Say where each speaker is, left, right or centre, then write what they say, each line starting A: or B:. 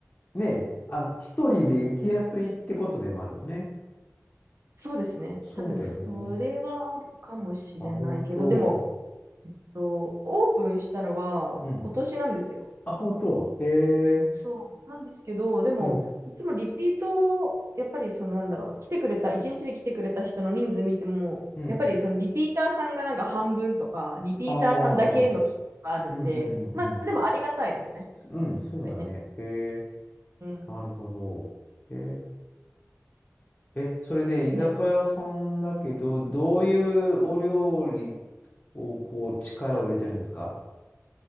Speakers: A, on the left (about 30°); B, on the right (about 60°).
A: ね、あの、一人で行きやすいってことでもあるよね。
B: そうですね。
A: そうだよね。
B: 多分それはあるかもしれないけど、
A: あ、本当。
B: でも、えっとオープンしたのは今年なんですよ。
A: うん。あ、本当。へえ。
B: そうなんですけど、でも、
A: うん。
B: いつもリピート、やっぱりそのなんだろう、来てくれた、一日で来てくれた人の人数見ても、
A: うん。
B: やっぱりそのリピーターさんがなんか半分とか、リピーターさんだけの人があるんで、
A: ああ。うんうんうんうん。
B: まあでもありがたいですね、やっ
A: うん、そうだね。
B: ぱりね。
A: へえ。
B: うん。
A: なるほど。へえ。え、それで居酒屋さんだけど、
B: ね、
A: どういうお料理をこう力を入れてるんですか